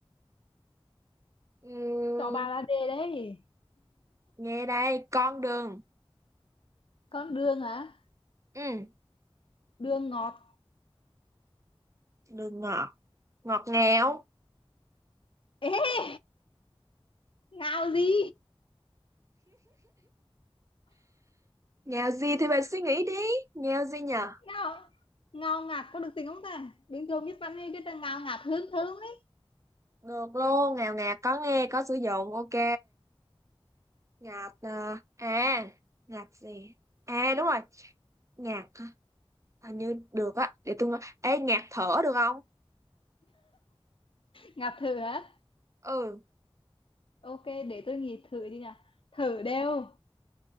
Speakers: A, on the right; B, on the left.
A: ừ,
B: cho bà là đề đấy
A: nghe đây con đường
B: con đường hả
A: ừ,
B: đường ngọt
A: đường ngọt ngọt ngào
B: Ê, ngào gì?
A: ngào gì thì bạn suy nghĩ đi ngào gì nhờ
B: Ngào, ngào ngạt có được tính không ta? Bình thường biết văn hay cái là ngào ngạt hơn thơm đấy.
A: được luôn ngào ngạt có nghe có sử dụng ok ngạt ờ, à ngạt gì à đúng rồi ngạt hả? hình như được á để tôi nói ê ngạt thở được không
B: Ngạt thử hả
A: ừ
B: Ok, để tôi nghĩ thử đi nào. Thử đều.